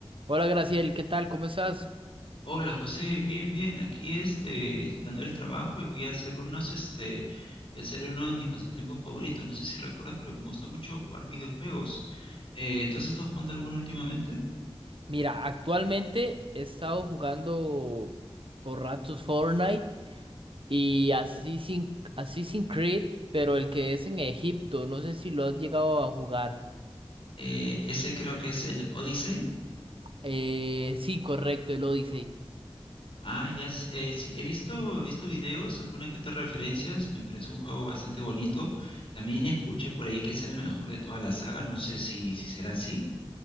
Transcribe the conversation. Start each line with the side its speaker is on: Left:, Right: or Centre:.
Right: Hola Graciel, ¿qué tal? ¿Cómo estás?
Left: Hola José, bien, bien, aquí este, llegando del trabajo y voy a hacer unos, este, voy a hacer uno de mis pasatiempos favoritos, no sé si recuerdas, pero me gusta mucho jugar videojuegos. Eh, ¿entonces estás jugando alguno últimamente?
Right: Mira, actualmente he estado jugando por ratos Fortnite y Assassin's, Assassin's Creed, pero el que es en Egipto, no sé si lo has llegado a jugar.
Left: Eh, ese creo que es el Odyssey.
Right: Eh, sí, correcto, el Odyssey.
Left: Ah, ya, sí, eh, sí, he visto, he visto videos, algunas que otras referencias, me parece un juego bastante bonito. También escuché por ahí que es el mejor de toda la saga, no sé si, si será así.